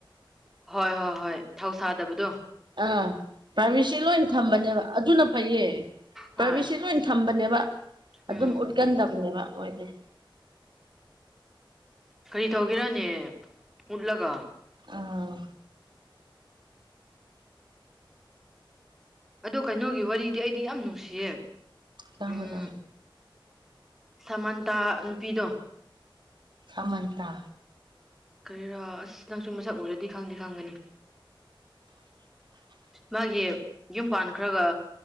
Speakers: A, in the centre; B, on the right (about 60°).
A: ꯍꯣꯏ ꯍꯣꯏ ꯍꯣꯏ ꯊꯧ ꯁꯥꯗꯕꯗꯣ
B: ꯑꯥ ꯄ꯭ꯔꯥꯏꯚꯦꯁꯤ ꯂꯣꯏ ꯊꯝꯕꯅꯦꯕ ꯑꯗꯨꯅ ꯐꯩꯌꯦ
A: ꯍꯣꯏ
B: ꯄꯕꯤꯁꯤ ꯂ ꯑꯣꯏꯅ ꯊꯝꯕꯅꯦ ꯑꯗꯨ
A: ꯎꯝ
B: ꯎꯠꯀꯟꯗꯕꯅꯦꯕ ꯃꯣꯏꯅꯦ
A: ꯀꯔꯤ ꯇꯧꯒꯦꯔꯅꯦ ꯃꯨꯠꯂꯒ
B: ꯑꯥ
A: ꯑꯗꯣ ꯀꯩꯅꯣꯒꯤ ꯋꯥꯔꯤꯗꯤ ꯑꯩꯗꯤ ꯌꯥꯝ ꯅꯨꯡꯁꯤꯌꯦ
B: ꯀꯃ
A: ꯎꯝ
B: ꯂ
A: ꯁꯃꯟꯇꯥ ꯅꯨꯄꯤꯗꯣ
B: ꯁꯃꯟꯇ
A: ꯀꯔꯤꯔꯥ ꯑꯁ ꯅꯪꯁꯨ ꯃꯁꯛ ꯎꯔꯗꯤ ꯈꯪꯗꯦ ꯈꯪꯒꯅꯤ
B: <unintelligible>
A: ꯃꯥꯒꯤ ꯌꯨꯝꯄꯥꯟ ꯈ꯭ꯔꯒ